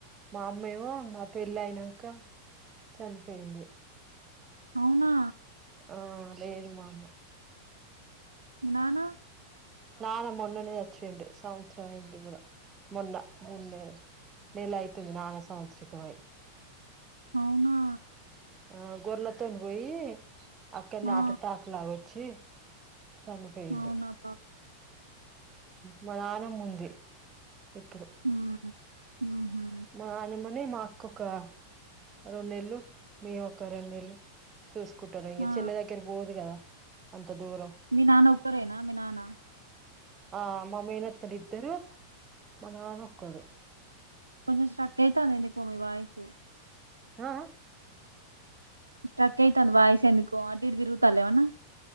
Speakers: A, on the right; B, on the right.
A: మా అమ్మమో మా పెళ్ళి అయినంకా చనిపోయింది.
B: అవునా
A: ఆ లేదు మా అమ్మ
B: మీ నాన్న
A: నాన్న మొన్ననే సచ్చిండు సంవత్సరం అయింది కూడ, మొన్న మున్నె నెల అయితుంది నాన్న సంవత్సరిక మై
B: అవునా
A: ఆ గోర్లతోన్ బోయి అక్కడ్నే
B: ఆ!
A: హార్ట్ ఎటాక్ లాగ వచ్చి చనిపోయిండు
B: అవునా బ
A: మా నాన్నమ్మ ఉంది ఇప్పుడు
B: ఉహు ఉహూ
A: నాన్నమ్మనే మాకొక రోన్నేళ్లు మేమొక రోన్నేళ్లు సుస్కుంటరు ఇంగ
B: ఆ!
A: చెల్లి దగ్గరి పోదు కదా అంత దూరం.
B: మీ నాన్న ఒక్కరేనా మీ నాన్న?
A: ఆ మామేనత్తలు ఇద్దరు మా నాన్న ఒక్కడు
B: కొంచం స్ట్రక్ అయితాంది ఎందుకో మీ వాయిసు
A: ఆ ఆ
B: స్ట్రక్ అయితాంది వాయిస్ ఎందుకో అటు ఇటు తిరుగుతాళ్ల ఏమన్న